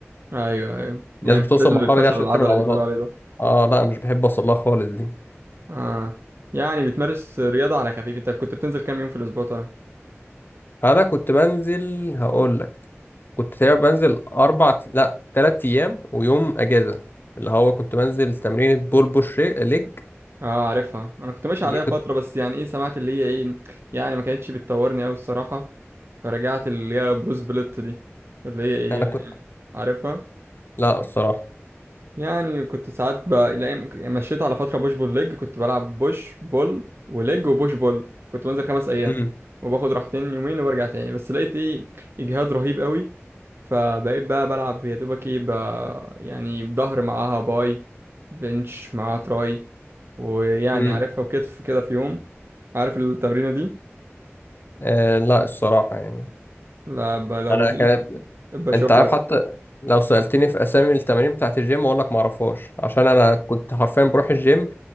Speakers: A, on the right; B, on the left.
A: أيوه أيوه يعني
B: الناس بتوصل
A: مش لازم
B: للمرحلة
A: للفشل
B: دي عشان
A: العضلي
B: تعمل عضلات
A: اللي بيقولوا عليه ده
B: اه لا مش بحب اوصل لها خالص دي
A: اه يعني بتمارس رياضة على خفيف انت كنت بتنزل كام يوم في الاسبوع طيب
B: انا كنت بنزل هقول لك كنت تقريبا بنزل اربع لا تلات ايام ويوم اجازة اللي هو كنت بنزل تمرينة بول بوش ري- ليج
A: اه عارفها انا كنت ماشي
B: دي
A: عليها
B: كنت
A: فترة بس يعني ايه سمعت اللي هي ايه يعني ما كانتش بتطورني قوي الصراحة فرجعت اللي هي بروس بليت دي اللي هي ايه
B: انا
A: يعني
B: كنت
A: عارفها
B: لا الصراحة
A: يعني كنت ساعات ب... الأيام- مشيت على فترة بوش بول ليج كنت بلعب بوش بول وليج وبوش بول كنت بنزل خمس أيام
B: امم
A: وباخد راحتين يومين وبرجع تاني بس لقيت إيه إجهاد رهيب قوي فبقيت بقى بلعب يا دوبك إيه ب... يعني ظهر معاها باي بنش معاها تراي ويعني
B: امم
A: عارفها وكتف كده في يوم عارف التمرينة دي
B: آه لا الصراحة يعني
A: لا ب... لو
B: انا
A: نزلت
B: كانت
A: بشوفها
B: انت عارف حتى لو سألتني في اسامي التمارين بتاعت الجيم اقول لك ما اعرفهاش عشان انا كنت حرفيا بروح الجيم